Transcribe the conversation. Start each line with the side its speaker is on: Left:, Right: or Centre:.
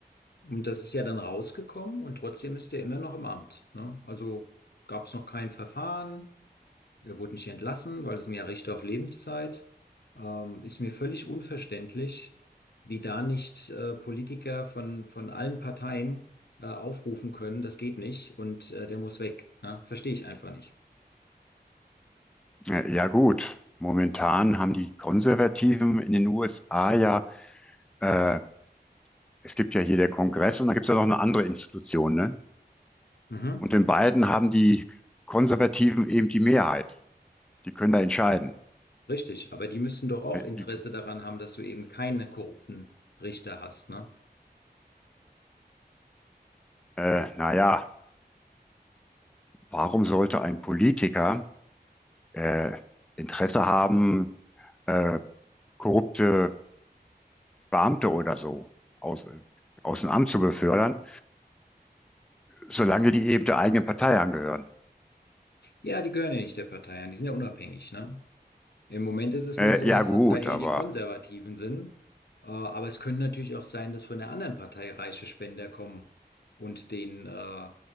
Left: Und das ist ja dann rausgekommen und trotzdem ist der immer noch im Amt. Ne? Also gab es noch kein Verfahren. Er wurde nicht entlassen, weil es sind ja Richter auf Lebenszeit. Ähm, ist mir völlig unverständlich, wie da nicht äh, Politiker von, von allen Parteien äh, aufrufen können, das geht nicht und äh, der muss weg. Ne? Verstehe ich einfach nicht.
Centre: äh, ja gut. Momentan haben die Konservativen in den USA ja, äh, es gibt ja hier der Kongress und da gibt es ja noch eine andere Institution, ne?
Left: Mhm.
Centre: Und in beiden haben die Konservativen eben die Mehrheit. Die können da entscheiden.
Left: Richtig, aber die müssen doch auch
Centre: Äh,
Left: Interesse
Centre: die,
Left: daran haben, dass du eben keine korrupten Richter hast, ne?
Centre: äh, naja, warum sollte ein Politiker äh, Interesse haben, äh, korrupte Beamte oder so aus, aus dem Amt zu befördern, solange die eben der eigenen Partei angehören.
Left: Ja, die gehören ja nicht der Partei an, die sind ja unabhängig, ne? Im Moment ist es
Centre: Äh,
Left: nur so,
Centre: ja
Left: dass
Centre: gut,
Left: das halt eher
Centre: aber
Left: die Konservativen sind. Äh, aber es können natürlich auch sein, dass von der anderen Partei reiche Spender kommen und denen äh,